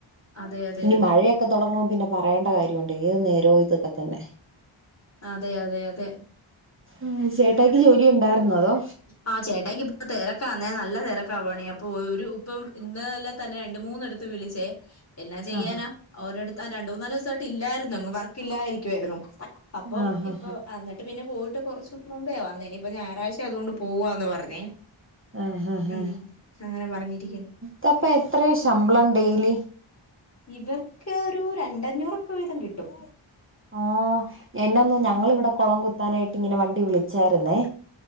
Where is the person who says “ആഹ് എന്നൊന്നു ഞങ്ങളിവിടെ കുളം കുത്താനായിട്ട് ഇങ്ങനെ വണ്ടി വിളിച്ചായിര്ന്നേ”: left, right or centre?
Right